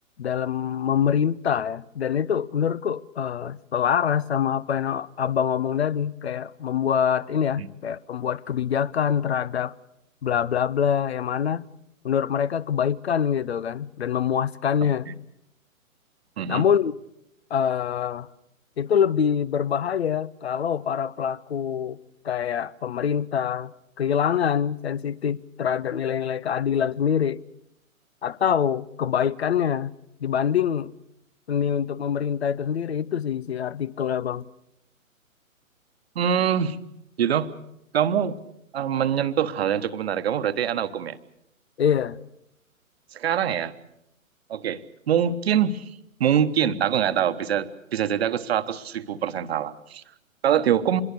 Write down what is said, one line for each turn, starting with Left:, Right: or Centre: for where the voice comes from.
Left: dalam memerintah ya. Dan itu menurutku eh, selaras sama apa yang Abang ngomong tadi, kayak membuat ini ya,
Right: Hmm,
Left: kayak membuat kebijakan terhadap bla bla bla yang mana menurut mereka kebaikan gitu kan dan memuaskannya.
Right: Oke. Mm-mm.
Left: Namun eh, itu lebih berbahaya kalau para pelaku kayak pemerintah kehilangan sensitif terhadap nilai-nilai keadilan sendiri atau kebaikannya dibanding ini untuk pemerintah itu sendiri itu sih isi artikel ya bang
Right: Hmm, gitu. Kamu eh, menyentuh hal yang cukup menarik. Kamu berarti anak hukum ya?
Left: iya
Right: Sekarang ya? Oke. Mungkin, mungkin. Aku nggak tahu. Bisa bisa jadi aku seratus ribu persen salah. Kalau dihukum,